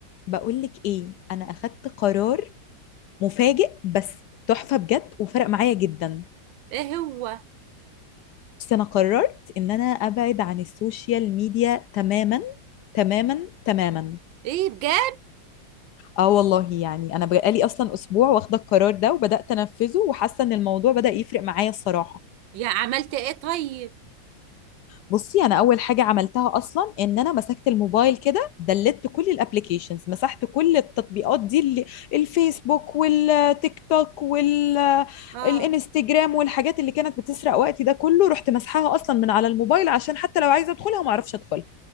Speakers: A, on the left (about 70°); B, on the right (about 80°).
A: بقولك ايه انا اخدت قرار مفاجئ بس تحفة بجد وفرق معايا جدا
B: ايه هو
A: بس انا قررت ان انا ابعد عن السوشيال ميديا تماما تماما تماما
B: ايه بجد
A: اه والله يعني انا بقالي اصلا اسبوع واخدة القرار ده وبدأت انفذه وحاسة ان الموضوع بدأ يفرق معايا الصراحة
B: يا عملت ايه طيب
A: بصي انا اول حاجه عملتها اصلا ان انا مسكت الموبايل كده دلت كل الابليكيشنز مسحت كل التطبيقات دي اللي الفيسبوك والتيك توك والانستجرام
B: اه
A: والحاجات اللي كانت بتسرق وقتي ده كله رحت مسحها اصلا من على الموبايل عشان حتى لو عايزه ادخلها ما اعرفش ادخلها